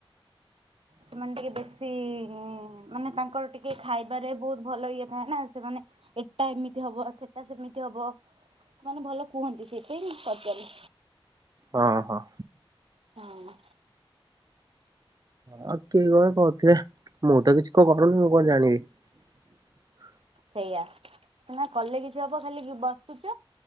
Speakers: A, on the right (about 85°); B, on the right (about 40°).
A: ସେମାନେ ଟିକେ ବେଶୀ ମାନେ ତାଙ୍କର ଟିକେ ଖାଇବାରେ ବହୁତ ଭଲ ଇଏ ଥାଏ ନା ସେମାନେ ଏଟା ଏମିତି ହବ ସେଟା ସେମିତି ହବ। ମାନେ ଭଲ କୁହନ୍ତି ସେଇପାଇଁ ପଚାରିଲି।
B: ହଁ ହଁ।
A: ହଁ।
B: ହଁ କିିଏ କଣ କହୁଥିବେ ମୁଁ ତ କିଛି କରୁନି ମୁଁ କଣ ଜାଣିବି।
A: ସେଇଆ ନା କଲେ କିଛି ହବ ଖାଲି ବସୁଚ।